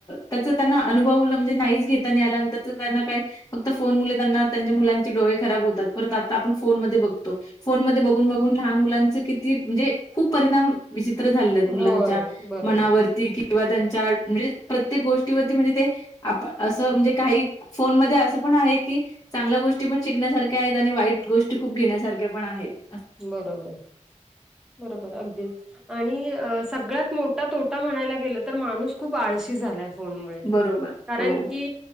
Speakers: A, on the left; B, in the centre.
A: त्यांचा त्यांनां अनुभव म्हणजे नाहींच घेतांना आलां आणि त्यां त्यांनां कांहीं फक्तं फोन घेतांना मुलांनचे त्यांना त्यांच्या मुलांचे डोळे खरांब होतांत परंत आतां आपणं फोनमंध्ये बघतो फोन मंध्ये बघूंन बघूंन लहांन मुलांचं किती म्हणजे खूंप परिणाम विचित्र ते झालं मुलांच्या
B: होय बरोबर
A: मनांवरती किंवा त्यांच्या म्हणजे प्रत्येक गोष्टीवरती म्हणजे ते आपणं असं म्हणजे कांहीं की फोनमंध्ये असं पणं आहे की चांगल्यां गोष्टी पणं शिकण्यांसारख्यां आहेतं आणि वाईट गोष्टी खूंप घेण्यांसांरख्यां पणं आहेतं
B: बरोबर बरोबर अगदी आणि सगळ्यांत मोठा तोटा म्हणायंला गेलो तरं माणूस खूंप आळशी झालायं फोन मुळें
A: बरोबर.
B: कारणं
A: हो.
B: की